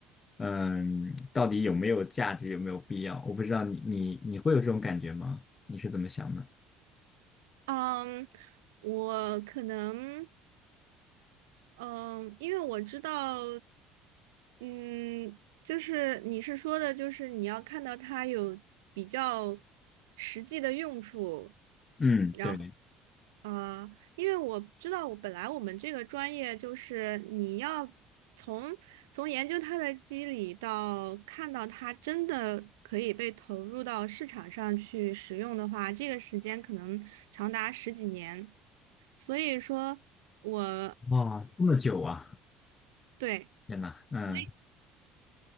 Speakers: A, on the left; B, on the right.
A: 嗯，到底有没有价值，有没有必要？我不知道你你你会有这种感觉吗？你是怎么想的？
B: 嗯，我可能。嗯，因为我知道，嗯，就是你是说的，就是你要看到它有比较实际的用处，
A: 嗯，
B: 然后
A: 对，
B: 啊，因为我知道，我本来我们这个专业就是你要从从研究它的机理到看到它真的可以被投入到市场上去使用的话，这个时间可能长达十几年，所以说我。
A: 哇，这么久啊，
B: 对，
A: 天呐，嗯
B: 所以